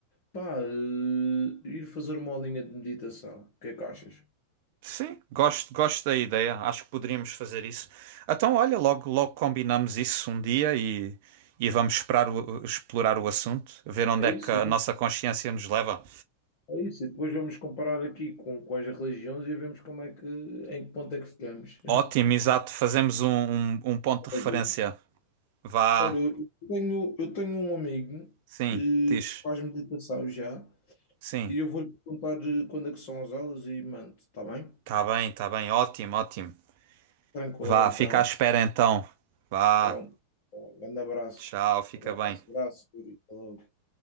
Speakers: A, on the left; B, on the right.
A: pá, eh, ir fazer uma aulinha de meditação, o que é que achas?
B: Sim, gosto, gosto da ideia. Acho que poderíamos fazer isso. Então, olha, logo, logo combinamos isso um dia e, e vamos esperar o- explorar o assunto, ver onde
A: É
B: é
A: isso,
B: que a nossa consciência nos leva.
A: É isso, e depois vamos comparar aqui com, com as religiões e vemos como é que, em que ponto é que ficamos. <laughs>
B: Ótimo, exato. Fazemos um, um, um ponto de
A: a
B: referência.
A: ver.
B: Vá,
A: Olha, eu tenho, eu tenho um amigo
B: sim,
A: eh,
B: diz.
A: que faz meditação já
B: Sim,
A: e eu vou-lhe perguntar eh, quando é que são as aulas e mando, está bem?
B: tá bem, tá bem. Ótimo, ótimo.
A: Tranquilo,
B: Vá,
A: então.
B: fica à espera então. Vá,
A: Então, um grande abraço.
B: tchau, fica
A: Abraço,
B: bem.
A: abraço, Yuri. Falou.